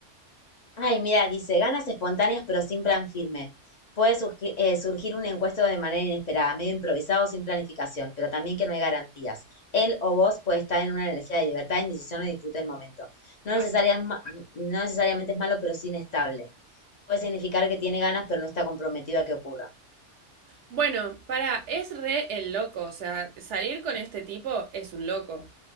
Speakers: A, on the left (about 50°); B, on the right (about 70°).
A: Ay, mira, dice, ganas espontáneas pero sin plan firme. Puede surgi- eh, surgir un encuesto de manera inesperada, medio improvisado, sin planificación, pero también que no hay garantías. Él o vos puede estar en una energía de libertad, indecisión o disfrute del momento. No necesaria-
B: Ay.
A: ma- no necesariamente es malo, pero sí inestable. Puede significar que tiene ganas, pero no está comprometido a que ocurra.
B: Bueno, para, es re el loco. O sea, salir con este tipo es un loco.